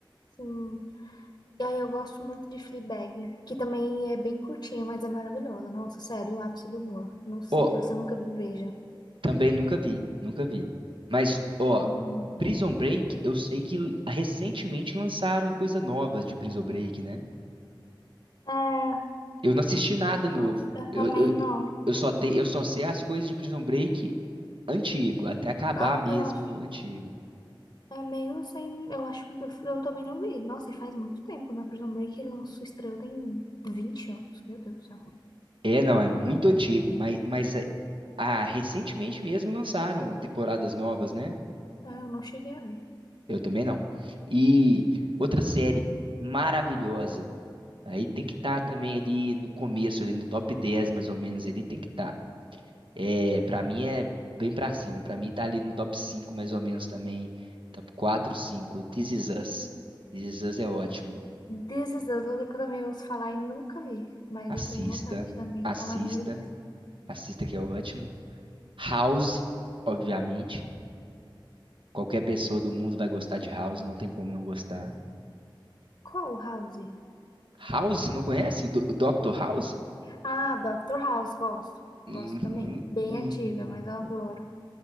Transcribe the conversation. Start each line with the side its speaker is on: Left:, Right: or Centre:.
Left: Sim. E aí eu gosto muito de Fleabag, que também é bem curtinha, mas é maravilhosa. Nossa, sério, o ápice do humor. Não sei
Right: Ó,
Left: se você nunca viu, veja.
Right: também nunca vi, nunca vi. Mas, ó,
Left: Muito bom.
Right: Prison Break, eu sei que l- recentemente lançaram coisa nova de Prison Break, né?
Left: É,
Right: Eu não assisti nada novo.
Left: nossa, eu
Right: Eu,
Left: também
Right: eu,
Left: não.
Right: eu só te, eu só sei as coisas de Prison Break antigo, até acabar
Left: Ah,
Right: mesmo
Left: Eu acho.
Right: antigo.
Left: É meio sem. Eu acho. Eu eu também não vi. Nossa, e faz muito tempo, né? Prison Break lançou, estreou tem 20 anos. Meu Deus do céu.
Right: É, não, é muito antigo, mas, mas é- ah, recentemente mesmo lançaram temporadas novas, né?
Left: É, eu não cheguei a ver.
Right: Eu também não. E outra série maravilhosa. Aí tem que estar também ali no começo, ali no top 10 mais ou menos, ali tem que estar. É, para mim é bem pra cima. Pra mim tá ali no top 5 mais ou menos também. Top 4, 5. This Is Us. This Is Us é ótimo.
Left: This Is Us, outra que eu também ouço falar e nunca vi, mas
Right: Assista,
Left: eu tenho vontade também,
Right: assista,
Left: tá na minha lista.
Right: assista que é ótimo. House, obviamente. Qualquer pessoa do mundo vai gostar de House, não tem como não gostar.
Left: Qual House?
Right: House, você não conhece? Do Dr. House?
Left: Ah, Dr. House, gosto.
Right: Uhum,
Left: Gosto também. Bem
Right: uhum.
Left: antiga, mas eu adoro.